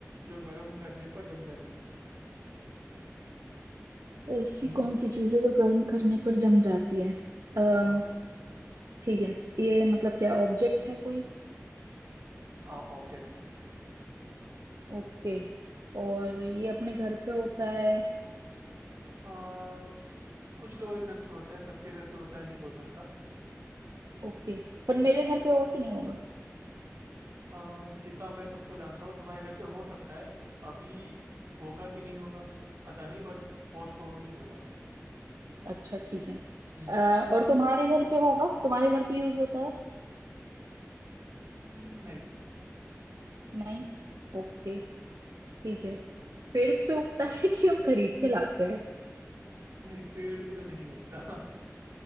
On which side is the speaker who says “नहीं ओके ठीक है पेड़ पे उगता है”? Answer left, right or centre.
Right